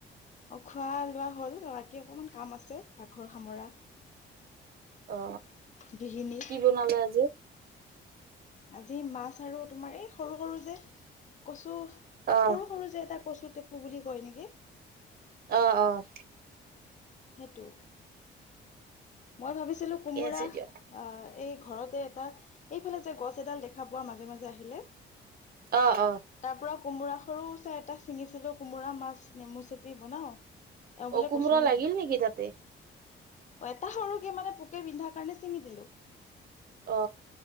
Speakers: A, on the left; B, on the right.
A: অ খোৱা লোৱা হ'ল বাকী অকমান কাম আছে পাকঘৰ সামৰা
B: অ
A: গৃহিণী
B: কি বনালে আজি
A: আজি মাছ আৰু তোমাৰ এই সৰু সৰু যে কচু
B: অ
A: সৰু সৰু যে এটা কচু টেপু বুলি কয় নেকি
B: আহ আহ
A: সেইটো মই ভাবিছিলো কোমোৰা
B: ঠিকে আছে দিয়ক
A: অ এই ঘৰত এটা এইফালে যে গছ এডাল দেখা পোৱা মাজে মাজে আহিলে
B: অ অ
A: তাৰ পৰা কোমোৰা সৰু চাই এটা ছিঙিছিলো কোমোৰা মাছ নেমু চেপি বনাও এওঁ বোলে
B: অ কোমৰা
A: কচুহে
B: লাগিল
A: খায়
B: নেকি তাতে
A: অ এটা সৰু কি মানে পোকে বিন্ধা কাৰণে চিঙি দিলো
B: অ